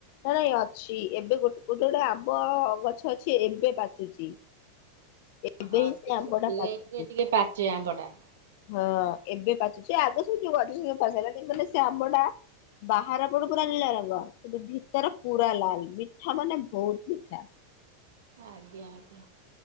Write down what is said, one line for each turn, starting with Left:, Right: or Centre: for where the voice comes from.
Left: ନାଇଁ ନାଇଁ ଅଛି, ଏବେ ଗୋଟେ -ଗୋଟେ-ଗୋଟେ ଆମ୍ବ ଗଛ ଅଛି, ଏବେ ପାଚୁଛି। ଏବେ
Right: ହଁ
Left: ହିଁ
Right: ସେ ଟିକେ
Left: ଆମ୍ବ ଟା
Right: ଲେଟେରେ
Left: ପାଚୁଛି।
Right: ଟିକେ ପାଚେ ଆମ୍ଵଟା।
Left: ହଁ ଏବେ ପାଚୁଛି, ଆଗ ସବୁ ଅଧଚାରା <inaudible> କିନ୍ତୁ ସେ ଆମ୍ବଟା ବାହାର ପଟକୁ ନାଲି ରଙ୍ଗ କିନ୍ତୁ ଭିତର ପୁରା ଲାଲ, ମିଠା ମାନେ ବୋହୁତ୍ ମିଠା।
Right: ଆଜ୍ଞା -ଆଜ୍ଞା,